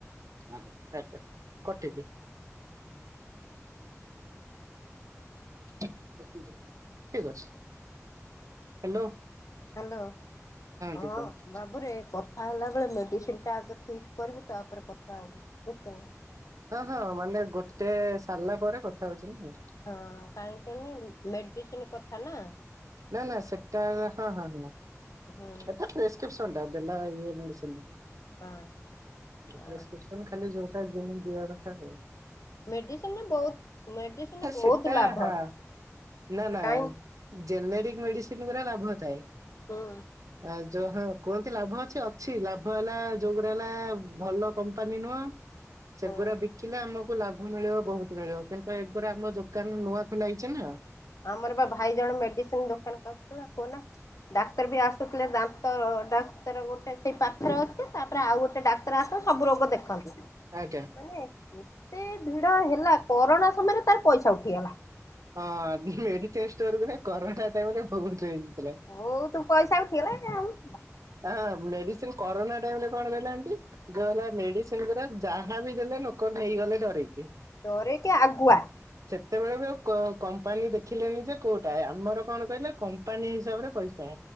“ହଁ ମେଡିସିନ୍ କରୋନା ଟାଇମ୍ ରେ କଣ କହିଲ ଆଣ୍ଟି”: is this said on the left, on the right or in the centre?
Right